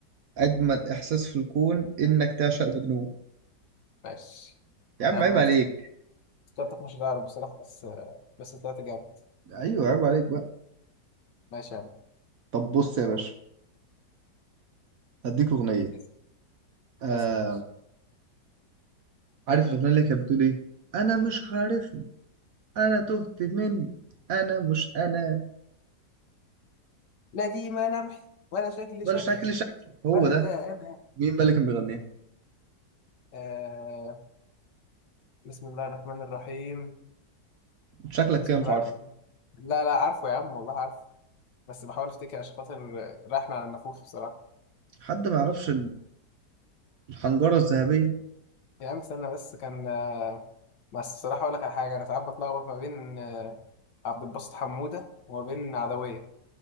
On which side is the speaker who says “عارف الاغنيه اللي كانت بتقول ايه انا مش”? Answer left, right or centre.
Right